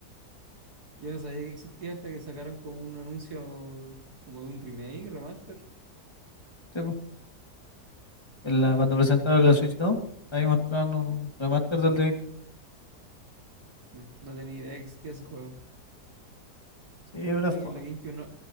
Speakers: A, on the right; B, on the left.
A: Yo no sabía que existía hasta que sacaron como un anuncio como de un remake, remaster.
B: sí, en la- cuando presentaron la Switch 2, ahí mostraron un remaster del de...
A: Mm, No tenía idea que existía ese juego.
B: Sí, pero
A: No,
B: fue
A: que en la GameCube no,